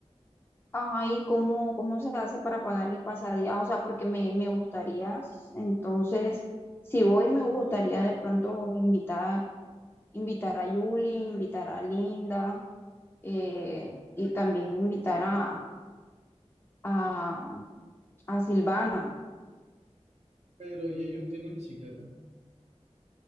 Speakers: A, on the left; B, on the right.
A: Ajá, ¿y cómo, cómo se hace para pagar el pasadía? Ah, O sea, porque me, me gustaría, entonces, si voy, me gustaría de pronto invitar, invitar a Julie, invitar a Linda, eh, y también invitar a, a, a Silvana.
B: Pero y ellos tienen bicicleta.